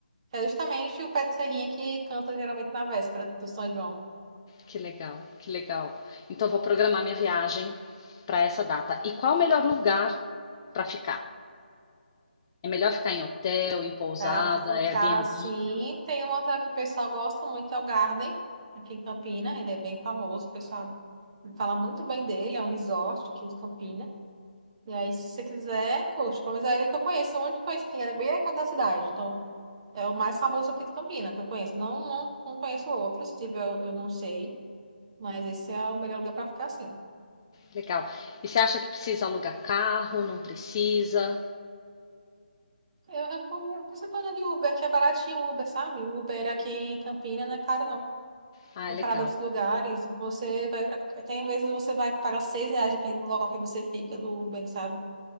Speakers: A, on the right (about 35°); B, on the left (about 25°).
A: É justamente o pé de serrinha que canta geralmente na véspera do São João.
B: que legal, que legal. Então, vou programar minha viagem para essa data. E qual é o melhor lugar para ficar? É melhor ficar em hotel, em pousada,
A: Pra ficar
B: Airbnb?
A: assim. Tem um hotel que o pessoal gosta muito, é o Garden, aqui em Campina. Ele é bem famoso, o pessoal fala muito bem dele. É um resort aqui de Campina. E aí, se você quiser, curte. Pelo menos é ele que eu conheço. O único que eu conheço que era bem aqui da cidade. Então, é o mais famoso aqui de Campina que eu conheço. Não, não, não conheço outro. Se tiver, eu, eu não sei. Mas esse é o melhor lugar para ficar assim.
B: Legal. E você acha que precisa alugar carro? Não precisa?
A: Eu recomendo. Você pode andar de Uber, que é baratinho o Uber, sabe? Uber aqui em Campina não é caro, não.
B: Ah,
A: uma
B: legal.
A: parada dos lugares, você vai pra... tem vezes você vai pagar seis reais, dependendo do local que você fica, do Uber, sabe?